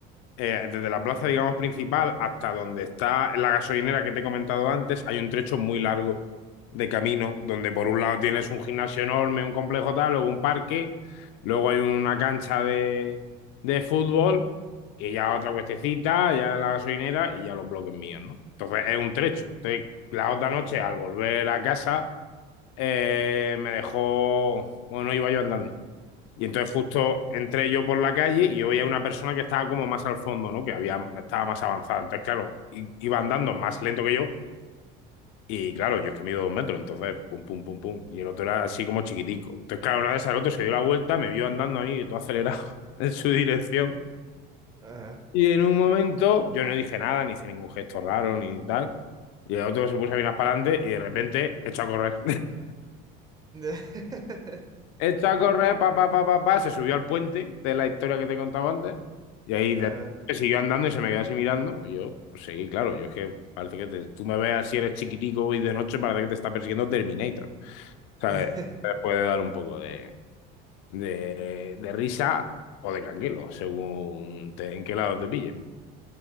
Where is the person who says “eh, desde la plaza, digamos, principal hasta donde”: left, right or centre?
Left